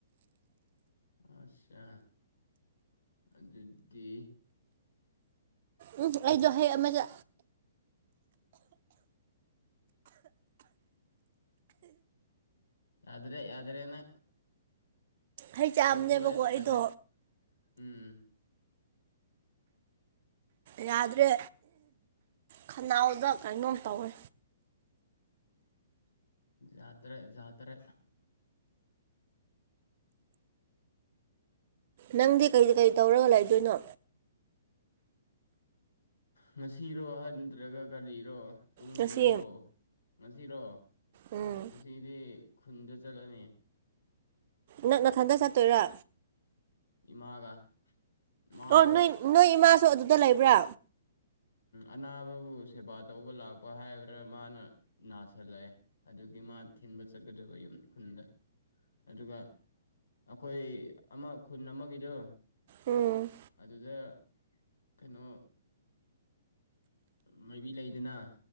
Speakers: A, on the left; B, on the right.
A: ꯑꯆꯥ ꯑꯗꯨꯗꯤ
B: ꯎꯝ ꯑꯩꯗꯣ
A: ꯑꯁ
B: ꯍꯌꯦ ꯑꯃꯗ
A: ꯌꯥꯗꯔ ꯌꯥꯗꯔꯅ
B: ꯍꯩ ꯆꯥꯕꯅꯦꯕꯀꯣ
A: ꯂꯣꯈꯨꯦ
B: ꯑꯩꯗꯣ
A: ꯌꯥꯗ꯭ꯔꯦ ꯎꯝ
B: ꯌꯥꯗ꯭ꯔꯦ ꯈꯅꯥꯎꯗ ꯀꯩꯅꯣꯝ ꯇꯧꯋꯦ
A: ꯌꯥꯥꯇꯔ ꯖꯥꯇꯔ
B: ꯅꯪꯗꯤ ꯀꯩ ꯀꯩ ꯇꯧꯔꯒ ꯂꯩꯗꯣꯏꯅꯣ
A: ꯉꯁꯤꯔꯣ ꯍꯟꯗ꯭ꯔꯒ ꯀꯔꯤꯔꯣ ꯇꯨꯡꯒꯤ
B: ꯉꯁꯤ
A: ꯑꯣꯏꯔꯣ ꯉꯁꯤꯔꯣ
B: ꯎꯝ
A: ꯉꯁꯤꯗꯤ ꯈꯨꯟꯗ ꯆꯠꯂꯅꯤ
B: ꯅꯛ ꯅꯊꯟꯗ ꯆꯠꯇꯣꯏꯔꯥ
A: ꯏꯃꯥꯒ ꯃꯥꯗꯣ
B: ꯑꯣ ꯅꯣꯏ ꯅꯣꯏ ꯏꯃꯥꯁꯨ ꯑꯗꯨꯗ ꯂꯩꯕ꯭ꯔꯥ
A: ꯑꯅꯥꯕꯕꯨ ꯁꯦꯕꯥ ꯇꯧꯕ ꯂꯥꯛꯄ ꯍꯥꯏꯕ꯭ꯔꯥ ꯃꯥꯅ ꯅꯥꯁꯤꯜꯂꯛꯑꯦ ꯑꯗꯨꯒꯤ ꯃꯥ ꯊꯤꯟꯕ ꯆꯠꯀꯗꯕ ꯌꯨꯝ ꯈꯨꯟꯗ ꯑꯗꯨꯒ ꯑꯩꯈꯣꯏ ꯑꯃ ꯈꯨꯟ ꯑꯃꯒꯤꯗꯣ
B: ꯎꯝ
A: ꯑꯗꯨꯗ ꯀꯩꯅꯣ ꯃꯥꯏꯕꯤ ꯂꯩꯗꯅ